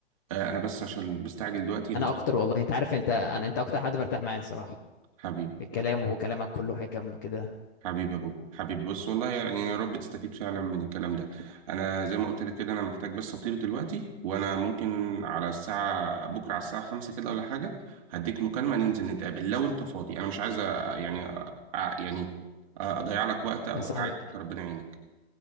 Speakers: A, on the right; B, on the left.
A: آه، انا بس عشان مستعجل دلوقتي هطلع
B: انا اكتر والله انت عارف انت انا انت اكتر حد برتاح معايا الصراحه
A: حبيبي
B: في الكلام وكلامك كله حكم وكده
A: حبيبي يا بوب حبيبي بص والله يعني يا رب تستفيد فعلا من الكلام ده انا زي ما قلت لك كده انا محتاج بس اطير دلوقتي وانا ممكن على الساعه بكره على الساعه خمسة كده ولا حاجه هديك مكالمه ننزل نتقابل لو انت فاضي انا مش عايز أ- يعني أ- يعني اضيع لك وقت او
B: يا صاحبي
A: انا عارف إنت ربنا يعينك